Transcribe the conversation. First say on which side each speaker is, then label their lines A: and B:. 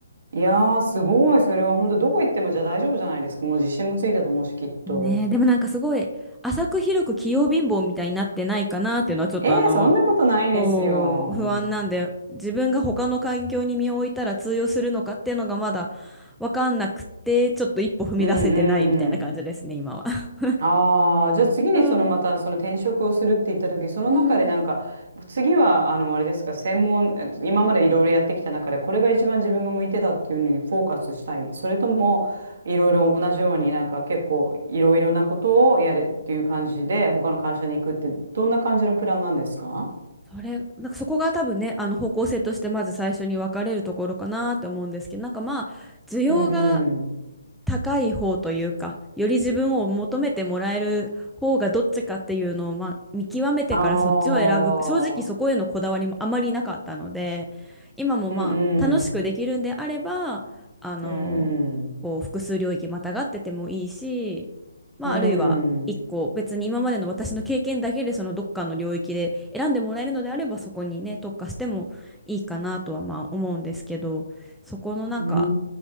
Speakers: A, on the right (about 60°); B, in the centre.
A: いやー、すごい。それは本当どこ行ってもじゃあ大丈夫じゃないですか。もう自信もついたと思うし、きっと。
B: ねえ、でもなんかすごい浅く広く器用貧乏みたいになってないかなっていうのはちょっとあの、
A: えー、そんなことないですよ。
B: そう不安なんで、自分が他の環境に身を置いたら通用するのかっていうのがまだわかんなくて、ちょっと一歩踏み出せてないみたいな感じですね、
A: うんうん。
B: 今は。<laughs>
A: ああ、じゃあ次にそのまたその転職をするって言った時、
B: そう、
A: その中でなんか、
B: うん。
A: 次はあの、あれですか、専門、え今までいろいろやってきた中で、これが一番自分が向いてたっていうのにフォーカスしたい。それとも、いろいろ同じようになんか結構いろいろなことをやるっていう感じで、他の会社に行くって、どんな感じのプランなんですか
B: それ、なんかそこが多分ね、あの方向性としてまず最初に分かれるところかなって思うんですけど、なんかまあ、需要が
A: うんうん。
B: 高い方というか、より自分を求めてもらえる方がどっちかっていうのを、まあ、見極めてからそっちを選ぶ。
A: ああ、
B: 正直そこへのこだわりもあまりなかったので、今もまあ楽しくできるんであれば、
A: うんうん。
B: あの、
A: うん。
B: こう複数領域またがっててもいいし、まああるいは一個別に今までの私の経験だけでそのどっかの領域で選んでもらえるのであればそこにね、
A: うん。
B: 特化してもいいかなとはまあ思うんですけど、そこのなんか
A: うん。